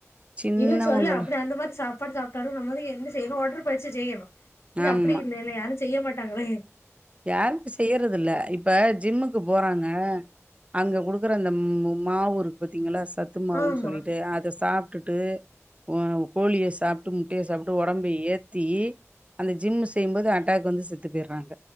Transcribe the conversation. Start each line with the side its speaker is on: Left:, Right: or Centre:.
Right: சின்னவங்கள்
Left: இல்ல சொல்லு அப்டி அந்த மாரி சாப்பாடு சாப்டாலு நம்ம வந்து என்ன செய்யணு ஒடற்பயிற்சி செய்யணு இல்ல
Right: ஆமா
Left: அப்டியில்லல்ல யாரு செய்ய மாட்டாங்கள
Right: யாரு இப்ப செய்யறது இல்ல இப்ப ஜிம்முக்கு போறாங்க அங்க குடுக்குற அந்த ம்மா மாவுருக்கு பாத்தீங்ளா சத்து மாவுன்
Left: ஆமா
Right: சொல்லிட்டு அத சாப்டுட்டு உ கோழிய சாப்ட்டு முட்டய சாப்ட்டு ஒடம்ப ஏத்தி அந்த ஜிம்மு செய்யு போது அட்டாக் வந்து செத்து போய்றாங்க